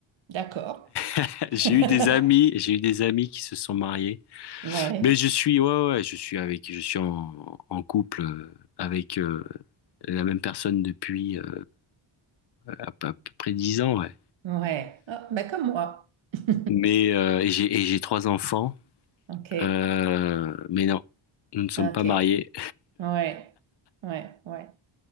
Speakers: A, on the right; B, on the left.
A: D'accord.
B: <laughs> J'ai
A: <laughs>
B: eu des amis, j'ai eu des amis qui se sont mariés.
A: Ouais,
B: Mais je suis, ouais, ouais, ouais, je suis avec, je suis en, en couple euh, avec euh, la même personne depuis euh, à, peu à peu près dix ans, ouais.
A: ouais. Ah, bah comme moi. <laughs>
B: Mais euh, et j'ai et j'ai trois enfants,
A: Ok,
B: euh, mais non, nous ne sommes
A: ok.
B: pas mariés.
A: Ouais, ouais, ouais.